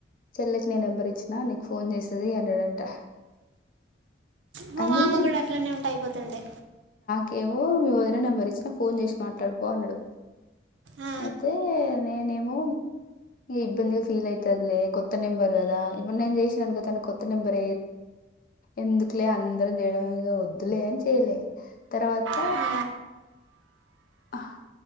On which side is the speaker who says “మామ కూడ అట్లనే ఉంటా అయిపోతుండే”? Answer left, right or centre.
Right